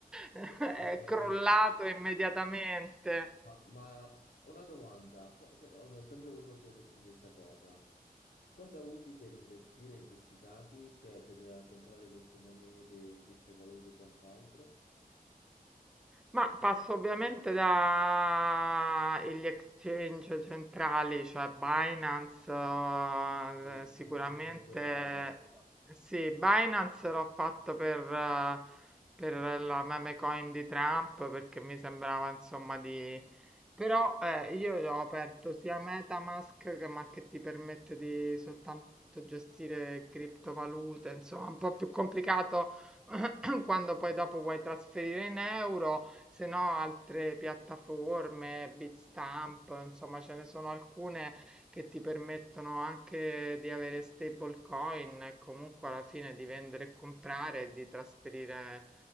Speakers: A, in the centre; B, on the left.
A: <laughs>
B: Per-
A: è crollato
B: per-
A: immediatamente.
B: Ma, ma una domanda, co- que- allora, ho sempre voluto chiederti questa cosa. Cosa usi per investire in questi casi? Cioè per eh, comprare queste monete, criptovalute e quant'altro?
A: Ma passo ovviamente da e gli exchange centrali, cioè Binance, eh,
B: Usi
A: sicuramente
B: Principalmente Binance.
A: sì, Binance l'ho fatto per, eh, per la meme coin di Trump perché mi sembrava insomma di... Però eh, io ho aperto sia MetaMask che, ma che ti permette di soltanto gestire criptovalute, insomma, un po' più complicato <clears throat> quando poi dopo vuoi trasferire in euro. Se no, altre piattaforme, Bitstamp, insomma, ce ne sono alcune che ti permettono anche di avere stablecoin e comunque alla fine di vendere e comprare e di trasferire